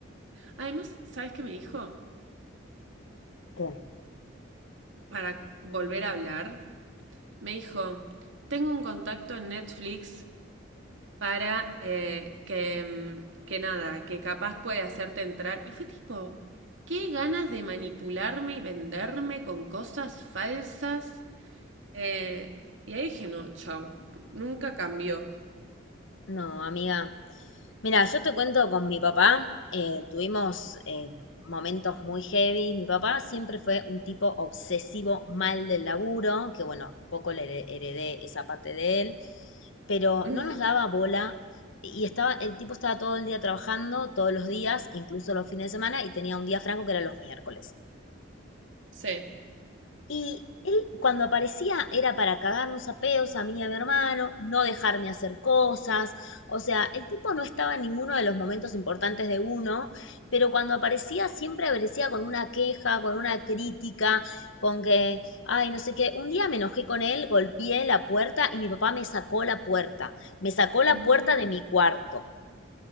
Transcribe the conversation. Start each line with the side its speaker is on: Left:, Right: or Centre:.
Right: Además, ¿sabes qué me dijo?
Left: ¿Qué?
Right: para volver a hablar, me dijo, tengo un contacto en Netflix para eh, que, mm, que nada, que capaz puede hacerte entrar. Y fue tipo, qué ganas de manipularme y venderme con cosas falsas. Eh, y ahí dije, no, chau, nunca cambió.
Left: No, amiga, Mira, yo te cuento con mi papá, eh, tuvimos eh, momentos muy heavy. Mi papá siempre fue un tipo obsesivo, mal del laburo, que bueno, un poco le hered- heredé esa parte de él, pero
Right: <laughs>
Left: no nos daba bola y estaba, el tipo estaba todo el día trabajando, todos los días, incluso los fines de semana, y tenía un día franco que era los miércoles.
Right: Sí.
Left: Y él cuando aparecía era para cagarnos a pedos a mí y a mi hermano, no dejarme hacer cosas, o sea, el tipo no estaba en ninguno de los momentos importantes de uno, pero cuando aparecía siempre aparecía con una queja, con una crítica, con que, ay, no sé qué, un día me enojé con él, golpeé la puerta y mi papá me sacó la puerta, me sacó la
Right: No.
Left: puerta de mi cuarto.